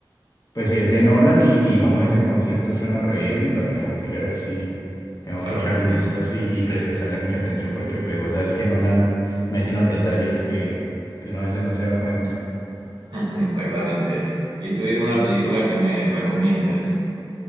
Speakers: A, on the left (about 45°); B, on the right (about 65°).
A: pues si es de Nolan y, y digamos ese concepto suena re bien, me la tengo que ver, sí. Tengo
B: Claro
A: que echarle
B: que sí.
A: un vistazo y, y prestarle mucha atención porque pues vos sabes que Nolan mete unos detalles que, que uno a veces no se da cuenta.
B: <laughs> Exactamente. Y tú dime una película que me recomiendes,